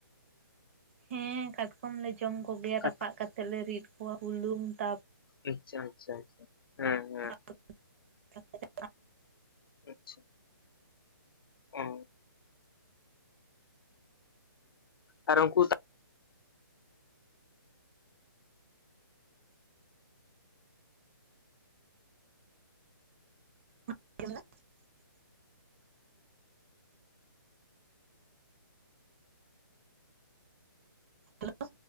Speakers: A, on the right; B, on the left.
A: ᱦᱮ ᱠᱟᱴᱠᱚᱢ ᱞᱮ ᱡᱚᱢ ᱠᱚᱜᱮᱭᱟ
B: ᱠᱟᱴ
A: ᱨᱟᱯᱟᱜ ᱠᱟᱛᱮᱜ ᱞᱮ ᱨᱤᱫ ᱠᱚᱣᱟ ᱵᱩᱞᱩᱝ ᱛᱟ
B: ᱟᱪᱪᱷᱟ ᱟᱪᱪᱷᱟ ᱟᱪᱪᱷᱟ ᱦᱮ ᱦᱮ
A: <inaudible>
B: ᱟᱪᱪᱷᱟ ᱚ ᱟᱨ ᱩᱱᱠᱩ
A: <inaudible> ᱦᱮᱞᱳ